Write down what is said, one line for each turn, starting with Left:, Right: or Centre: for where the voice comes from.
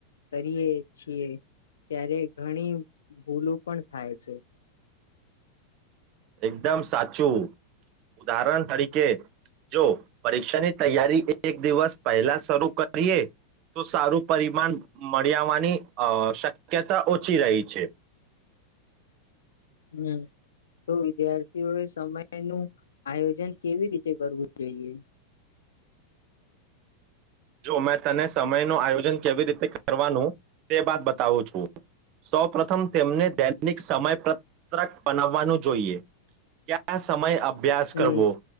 Left: કરીએ છીએ ત્યારે ઘણી ભૂલું પણ થાય છે
Right: એકદમ સાચું ઉદાહરણ તરીકે જો પરીક્ષાની તૈયારી એક દિવસ પહેલા શરૂ કરીએ તો સારું પરિમાણ મળીવાની શક્યતા ઓછી રહી છે
Left: હમ્મ તો વિદ્યાર્થીઓએ સમય નું આયોજન કેવી રીતે કરવું જોઈએ
Right: જો મેં તને સમય નું આયોજન કેવી રીતે કરવાનું તે બાદ બતાવું છું સૌ પ્રથમ તેમને દૈનિક સમય પત્રક બનાવવાનું જોઈએ ક્યા સમય અભ્યાસ
Left: હમ
Right: કરવો